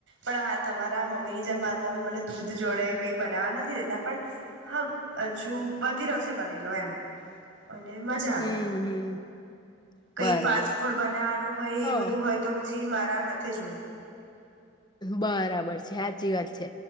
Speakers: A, on the right; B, on the left.
A: પણ હા તમારા મમ્મી જેમ મારા મમ્મી મને દૂધ જોડે કઈ બનાવવા નથી દેતા પણ હા હજુ બધી રસે બના લો એમ અને મજા આવે.
B: હમ હમ
A: કઈ
B: બરાબર
A: ફાસ્ટ ફૂડ બનાવવાનું હોય
B: હ
A: એ બધું હોય તો પછી મારા હાથે જ હોય.
B: બરાબર છે સાચી વાત છે.